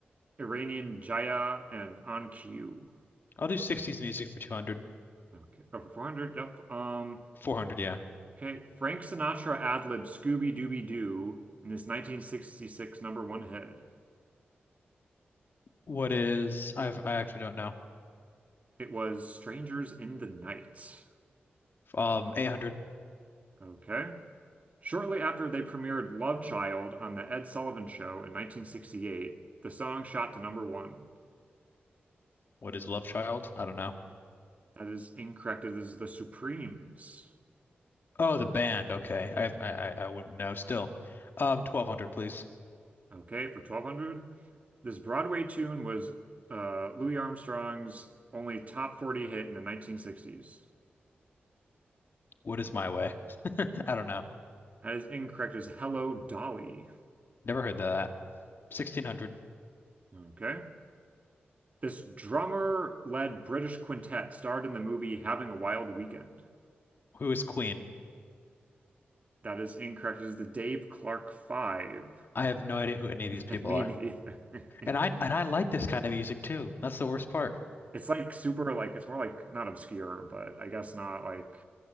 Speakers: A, on the right; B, on the left.
A: Iranian Jaya, and On Cue.
B: I'll do 60s music for 200.
A: Okay, over 400. Yep. Um,
B: 400, yeah.
A: okay, Frank Sinatra ad-libbed Scooby Dooby Doo in this 1966 number one hit.
B: What is I've I actually don't know.
A: It was Strangers in the Night.
B: Um, 800.
A: Okay. Shortly after they premiered Love Child on The Ed Sullivan Show in 1968, the song shot to number one.
B: What is Love Child? I don't know.
A: That is incorrect. It is The Supremes.
B: Oh, the band. Okay. I have I I I wouldn't know still. Um, 1200, please.
A: Okay, for 1200. This Broadway tune was uh, Louis Armstrong's only top 40 hit in the 1960s.
B: What is My Way? I don't know.
A: That is incorrect. It is Hello Dolly.
B: Never heard of that. 1600.
A: Okay. This drummer-led British quintet starred in the movie Having a Wild Weekend.
B: Who is Queen?
A: That is incorrect. It is the Dave Clark Five.
B: I have no idea who any of these
A: <laughs>
B: people
A: Me
B: are.
A: neither. <laughs>
B: And I and I like this kind of music too. That's the worst part.
A: It's like super like it's more like not obscure, but I guess not like